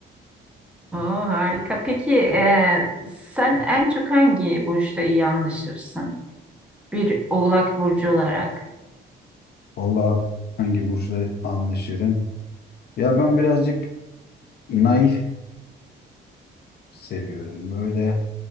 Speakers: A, in the centre; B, on the left (about 55°).
A: o harika. Peki e, sen en çok hangi burçta iyi anlaşırsın? Bir Oğlak burcu olarak.
B: Valla hangi burçla anlaşırım? Ya ben birazcık naif seviyorum böyle